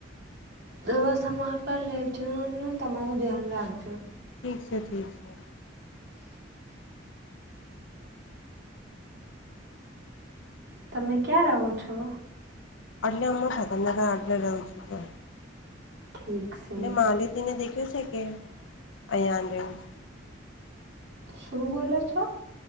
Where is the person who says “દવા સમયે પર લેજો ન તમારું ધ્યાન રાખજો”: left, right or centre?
Right